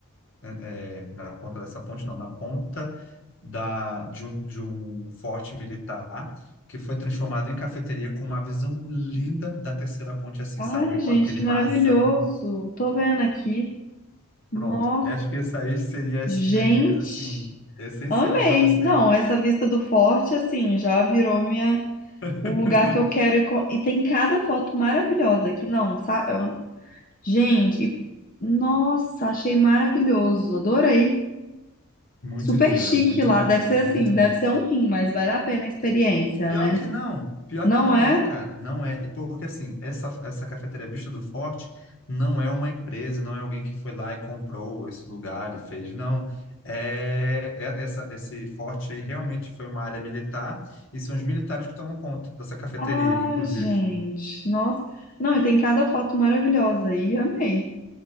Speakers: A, on the left (about 60°); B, on the left (about 40°).
A: é, é, na ponta dessa ponte não, na ponta da, de um, de um forte militar que foi transformado em cafeteria com uma visão linda da terceira ponte assim,
B: Ai,
A: sabe? Com
B: gente,
A: aquele
B: que
A: marzão.
B: maravilhoso. Tô vendo aqui. Nossa,
A: Pronto. Acho que isso aí seria as
B: gente.
A: minhas dicas assim essenciais
B: Amei.
A: para você
B: Não,
A: ir.
B: essa vista do forte, assim, já virou minha
A: <laughs>
B: o lugar que eu quero ir. co- E tem cada foto maravilhosa aqui, não, sabe? Eu- Gente, e- nossa, achei maravilhoso, adorei.
A: Muito
B: Super
A: lindo,
B: chique
A: né? Muito
B: lá.
A: lindo,
B: Deve ser
A: muito,
B: assim, deve
A: muito.
B: ser um rim, mas vale a pena a experiência,
A: Pior
B: né?
A: que não, pior
B: Não
A: que não
B: é?
A: é, cara, não é, E porque assim, essa, essa cafeteria Vista do Forte não é uma empresa, não é alguém que foi lá e comprou esse lugar e fez, não, é, é- essa, esse forte aí realmente foi uma área militar e são os militares que tomam conta dessa cafeteria,
B: Ah,
A: inclusive.
B: gente, nossa. Não, e tem cada foto maravilhosa aí, amei.